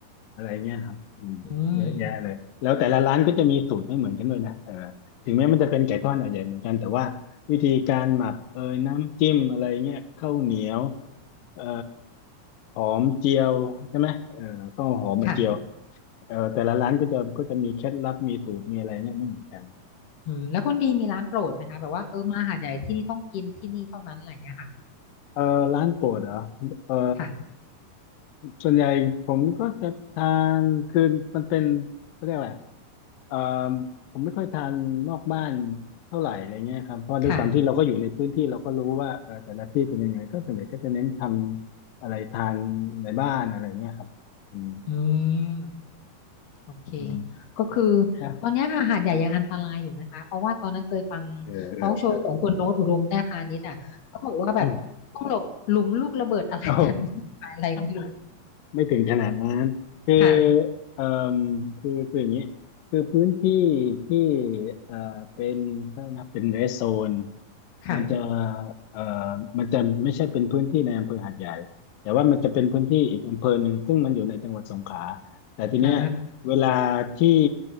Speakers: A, on the left; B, on the left.
A: อะไรเงี้ยครับอืมเยอะแยะเลยแล้วแต่ละร้านก็จะมีสูตรไม่เหมือนกันด้วยนะเออ
B: อืม
A: ถึงแม้มันจะเป็นไก่ทอดหาดใหญ่เหมือนกันแต่ว่าวิธีการหมักเอยน้ำจิ้มอะไรเงี้ยข้าวเหนียวเอ่อหอมเจียวใช่ไหมเออข้าวหอมมาเจียว
B: ค่ะ
A: เออแต่ละร้านก็จะก็จะมีเคล็ดลับมีสูตรมีอะไรเนี่ยไม่เหมือนกัน
B: อืมแล้วคุณดีมีร้านโปรดไหมคะแบบว่าเออมาหาดใหญ่ที่นี่ต้องกินที่นี่เท่านั้นอะไรเงี้ยค่ะ
A: เออร้านโปรดเหรอเออ
B: ค่ะ
A: ส่วนใหญ่ผมก็จะทานคือมันเป็นเขาเรียกอะไรเออผมไม่ค่อยทานนอกบ้านเท่าไหร่อะไรเงี้ยครับเพราะด้วยความที่เราก็อยู่ในพื้นที่เราก็รู้ว่าเออแต่ละที่เป็นยังไงก็ส่วนใหญ่ก็จะเน้นทำอะไรทานในบ้านอะไรเงี้ยครับอืม
B: ค่ะอืม โอเค
A: อืม
B: ก็คือตอนเนี้ยค่ะหาดใหญ่ยังอันตรายอยู่นะคะเพราะว่าตอนนั้นเคยฟัง
A: นะเออเออเออ
B: ทอล์กโชว์ของคุณโน้ตอุดมแต้พานิชอ่ะเขาบอกว่าแบบต้องหลบหลุมลูกระเบิดอะไรกัน
A: อืมโอ้
B: <laughs> วุ่นวายอะไรไม่รู้
A: <laughs> ไม่ถึงขนาดนั้น คือ
B: ค่ะ
A: เอ่อคือคืออย่างนี้คือพื้นที่ที่เอ่อเป็นถ้านับเป็นเรสโซน
B: ค่ะ
A: มันจะเอ่อมันจะไม่ใช่เป็นพื้นที่ในอำเภอหาดใหญ่ แต่ว่ามันจะเป็นพื้นที่อีกอำเภอหนึ่งซึ่งมันอยู่ในจังหวัดสงขลาแต่ทีเนี้ย
B: อ่า
A: เวลาที่